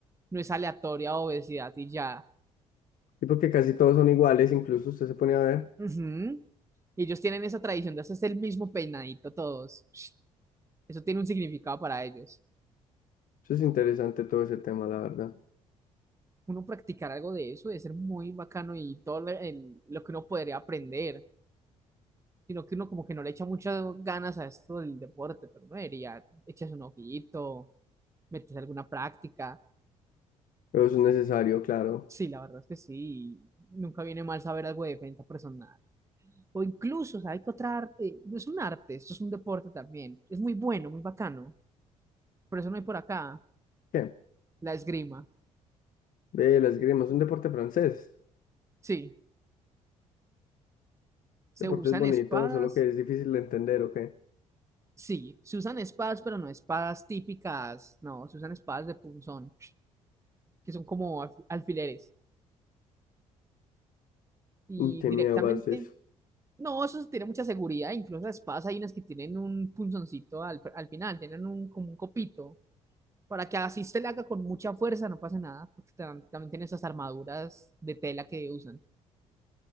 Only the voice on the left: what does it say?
Y porque casi todos son iguales, incluso usted se pone a ver.
Eso es interesante todo ese tema, la verdad.
Pero eso es necesario, claro.
¿Qué?
Ve, la esgrima es un deporte francés.
Deporte
es bonito,
solo que es difícil de entender, ¿ok?
Uy, qué
miedo, parce.